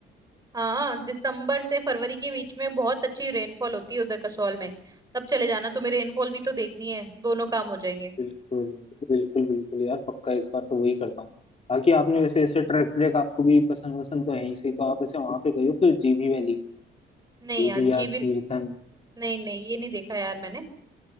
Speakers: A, on the right (about 20°); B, on the left (about 30°).
A: हाँ दिसंबर से फरवरी के बीच में बहुत अच्छी रेनफॉल होती है उधर कसौल में तब चले जाना तुम्हें रेनफॉल भी तो देखनी है दोनों काम हो जाएंगे
B: बिल्कुल बिल्कुल बिल्कुल यार पक्का इस बार तो वही करता हूँ बाकी आपने वैसे ऐसे ट्रैक ट्रैक आपको भी पसंद पसंद तो है ही सही तो आप ऐसे वहां पे गए हो फिर जीभी वैली
A: नहीं
B: जीभी
A: यार
B: यार
A: जी
B: तीर्थन
A: भी नहीं नहीं ये नहीं देखा यार मैंने